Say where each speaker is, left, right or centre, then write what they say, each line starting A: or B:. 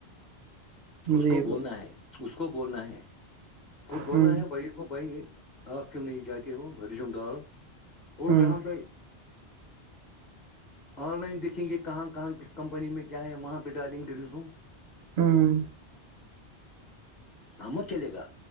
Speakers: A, on the left; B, on the right.
A: اس
B: جی
A: کو بولنا
B: ب
A: ہے اس کو بولنا ہے خود بولنا
B: ہوں
A: ہے بھائی بھائی آپ کےم نہیں جاتی ہو رجم ڈال اور
B: ہوں
A: یہاں بائی آن لائن دیکھیں گے کہاں کہاں کس کمپنی میں کیا ہے وہاں پہ ڈالیں گے ریزوم
B: ہوں
A: ہمت چلے گا